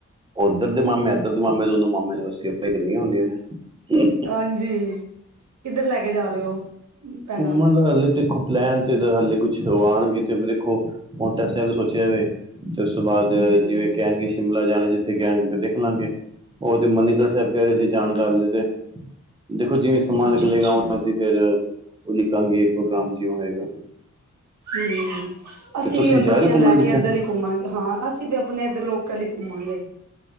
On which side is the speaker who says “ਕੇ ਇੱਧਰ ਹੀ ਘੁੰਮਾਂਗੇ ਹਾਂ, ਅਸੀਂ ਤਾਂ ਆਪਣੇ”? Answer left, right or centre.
Right